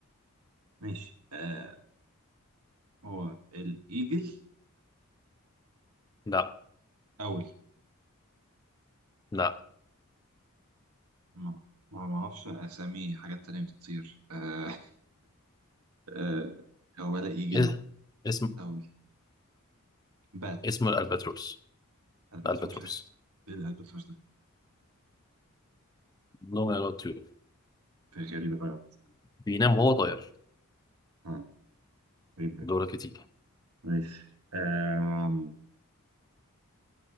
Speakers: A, on the right; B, on the left.
A: ماشي آه هو الايجل
B: لا
A: اول
B: لا
A: ما ما ما اعرفش اسامي حاجات تانية بتطير آه <laughs> آه هو ولا ايجل
B: إيه؟ اسم
A: اول بات
B: اسم الالباتروس
A: الباتروس
B: الالباتروس
A: حاجة اسمها- ايه الالباتروس ده
B: نوم يا طيور
A: غريبة قوي يا عم.
B: بينام وهو طاير
A: آه، غريبة
B: دورك
A: أوي.
B: تيجي
A: ماشي آم،